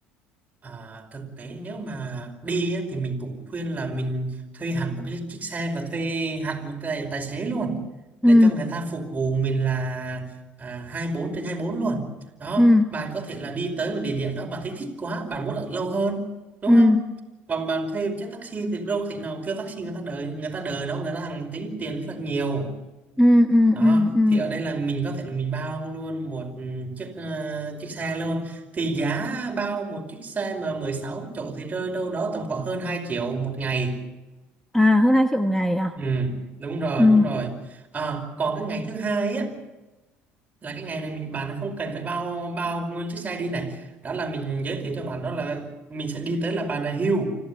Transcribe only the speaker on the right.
À, thực tế nếu mà đi á, thì mình cũng khuyên là mình thuê hẳn một cái chiếc xe và thuê hẳn một cái tài xế luôn
để cho người ta phục vụ mình là à, 24 trên 24 luôn đó
bạn có thể là đi tới một địa điểm đó bạn thấy thích quá bạn muốn ở lâu hơn đúng
không còn bạn thuê một chiếc taxi thì đâu thể nào kêu taxi người ta đợi người ta đợi đó người ta hàng tính tiền rất là nhiều
đó
thì ở đây là mình có thể là mình bao luôn một ừ, chiếc ờ, chiếc xe luôn thì giá bao một chiếc xe mà 16 chỗ thì rơi đâu đó tầm khoảng hơn 2 triệu một ngày
ừ đúng rồi
đúng rồi à, còn cái ngày thứ hai á là cái ngày này mình bạn không cần phải bao bao nguyên chiếc xe đi này đó là mình giới thiệu cho bạn đó là mình sẽ đi tới là Bà Nà Hills